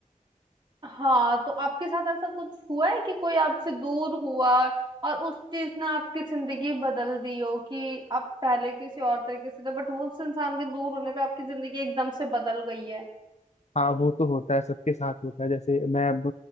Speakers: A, on the right (about 35°); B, on the left (about 55°).
A: हाँ तो आपके साथ ऐसा कुछ हुआ है कि कोई आपसे दूर हुआ और उस चीज ने आपकी जिंदगी बदल दी हो कि आप पहले किसी और तरीके से थे बट वो उस इंसान के दूर होने पे आपकी जिंदगी एकदम से बदल गई है
B: हाँ वो तो होता है सबके साथ होता है जैसे मैं अब